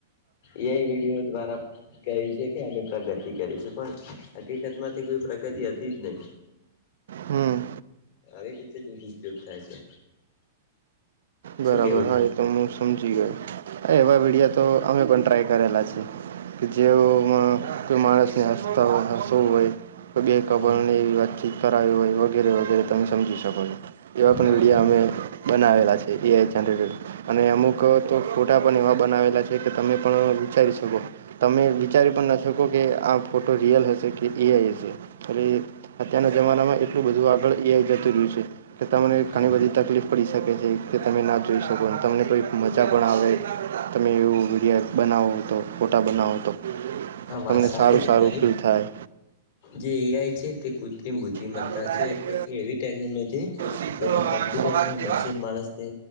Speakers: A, on the left (about 65°); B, on the right (about 80°).
A: એઆઈ વિડીયો દ્વારા કે છે કે અમે પ્રગતિ કરી છે પણ હકીકત માંથી કોઈ પ્રગતિ હતી જ નહી
B: હમ
A: આવી રીતે દૂરુપયોગ થાય છે શું
B: બરાબર
A: કેવું
B: હા એ તો હું સમજી ગયો અ એવા વિડિયો તો અમે પણ ટ્રાય કરેલા છીએ જેવમાં કોઈ માણસને હંસતા હંસો હોય બે કબરને
A: હા
B: એવી વાતચીત કરાવી હોય વગેરે વગેરે તમે સમજી શકો છો એવા પણ
A: હા
B: વિડિયા અમે બનાવેલા છે એ <inaudible> <inaudible> અને અમુક તો ફોટા પણ એવા બનાવેલા છે કે તમે પણ વિચારી શકો તમે વિચારી પણ ન શકો કે આ ફોટો રિયલ હશે કે એઆઈ હશે એ અત્યારના જમાનામાં એટલું બધું આગળ એઆ જતું રહ્યું છે કે તમને
A: હા
B: ઘણી બધી તકલીફ પડી શકે છે કે તમે ના જોઈ શકો તમને કોઈ મજા પણ આવે તમે એવું વિડીયો બનાવો તો ફોટા બનાવો તો
A: આ વાત
B: તમને
A: સાચી
B: સારું
A: તમારી
B: સારું ફીલ થાય.
A: જે એઆઈ છે તે કૃત્રિમ બુદ્ધિમત્તા
B: આ તો ડાયરેક્ટ
A: છે એટલે કે એવી ટેકનોલોજી
B: સીધો
A: જેમાં કમ્પ્યુટર
B: આઠસો હાથ જેવા
A: મશીન માણસને